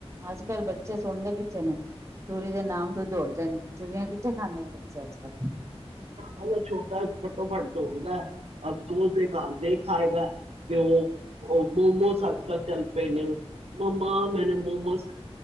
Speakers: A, on the right; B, on the right.
A: ਅੱਜ ਕੱਲ੍ਹ ਬੱਚੇ ਸੁਣਦੇ ਕਿੱਥੇ। ਬੱਚਿਆਂ ਨੇ ਚੂਰੀ ਦੇ ਨਾਮ ਤੋਂ ਦੌੜਦੇ ਨੇ ਚੂਰੀਆਂ ਕਿੱਥੇ ਖਾਂਦੇ ਨੇ ਬੱਚੇ ਅੱਜ ਕੱਲ।
B: ਹਲੇ ਛੋਟਾ ਘੱਟੋ ਘੱਟ ਦੋੜਦਾ ਆ ਔਰ ਤੂੰ ਤਾਂ ਘਰ ਦੇ ਖਾਏ ਗਾ ਕਿ ਉਹ ਉਹ ਮੋਮੋਸ ਅੱਜ ਕੱਲ ਚੱਲ ਪਏ ਨੇ ਮੰਮਾ ਮੈਨੇ ਮੋਮੋਸ